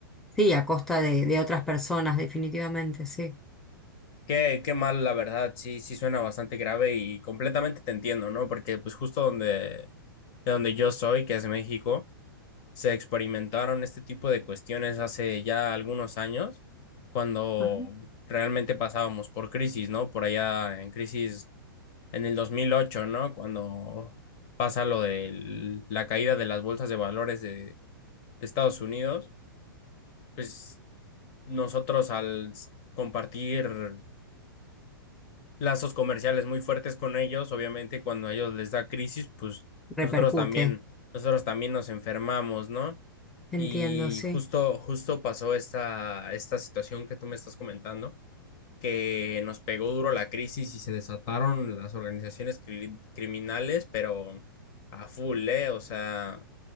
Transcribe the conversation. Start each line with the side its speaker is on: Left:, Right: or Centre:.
Centre: Sí, a costa de, de otras personas, definitivamente, sí.
Left: Qué, qué mal, la verdad, sí, sí suena bastante grave y completamente te entiendo, ¿no? Porque pues justo donde, de donde yo soy, que es México, se experimentaron este tipo de cuestiones hace ya algunos años, cuando
Centre: Ajá.
Left: realmente pasábamos por crisis, ¿no? Por allá en crisis en el dos mil ocho ¿no? Cuando pasa lo de la caída de las bolsas de valores de, de Estados Unidos, pues nosotros al compartir lazos comerciales muy fuertes con ellos. Obviamente, cuando a ellos les da crisis, pues
Centre: Repercute.
Left: nosotros también, nosotros también nos enfermamos, ¿no?
Centre: Entiendo,
Left: Y
Centre: sí.
Left: justo, justo pasó esta, esta situación que tú me estás comentando, que nos pegó duro la crisis y se desataron las organizaciones cri- criminales, pero a full, ¿eh? O sea,